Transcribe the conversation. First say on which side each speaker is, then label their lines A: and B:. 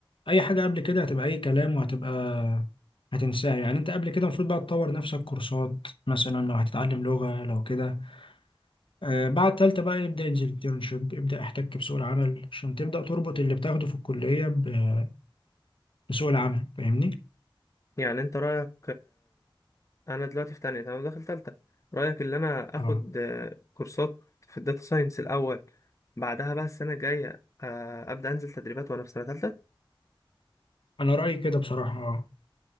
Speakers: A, on the left; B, on the left.
A: اي حاجه قبل كده هتبقى اي كلام وهتبقى هتنساها يعني انت قبل كده المفروض بقى تطور نفسك كورسات مثلا لو هتتعلم لغه لو كده آه بعد تالتة بقى يبدا انترنشيب يبدا احتك بسوق العمل عشان تبدا تربط اللي بتاخده في الكليه ب- بسوق العمل فاهمني
B: يعني انت رأيك انا دلوقتي في تانية تمام داخل تالتة رأيك ان انا
A: اه
B: اخد آه، كورسات في الداتا ساينس الاول بعدها بقى السنة الجاية آه، ابدأ انزل تدريبات وانا في سنة تالتة
A: انا رايي كده بصراحه اه